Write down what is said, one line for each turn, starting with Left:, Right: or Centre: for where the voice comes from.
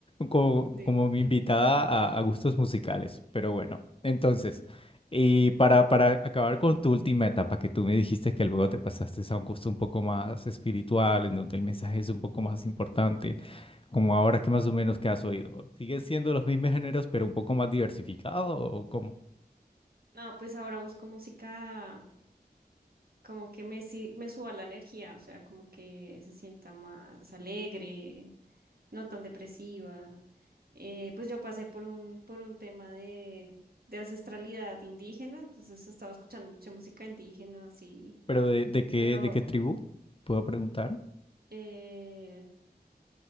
Left: como,
Right: Sí.
Left: como mi invitada a, a gustos musicales. Pero bueno, entonces, y para, para acabar con tu última etapa, que tú me dijiste que luego te pasaste a un gusto un poco más espiritual, en donde el mensaje es un poco más importante, como ahora que más o menos que has oído. ¿Siguen siendo los mismos géneros, pero un poco más diversificados o cómo?
Right: No, pues ahora busco música como que me, si- me suba la energía, o sea, como que se sienta más alegre, no tan depresiva. Eh, pues yo pasé por un, por un tema de, de ancestralidad indígena, entonces estaba escuchando mucha música indígena, sí,
Left: ¿Pero de, de qué,
Right: pero
Left: de qué tribu? ¿Puedo preguntar?
Right: eh,